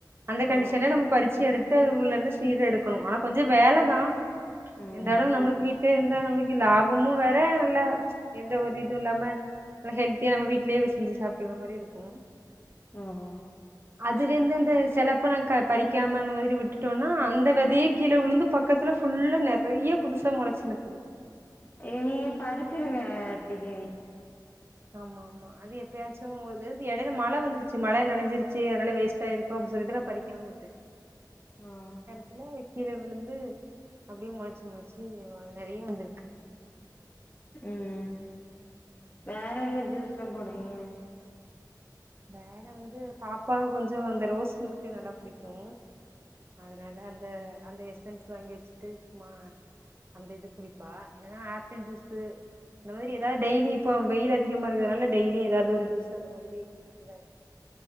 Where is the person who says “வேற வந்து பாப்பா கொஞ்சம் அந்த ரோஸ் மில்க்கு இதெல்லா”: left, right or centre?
Right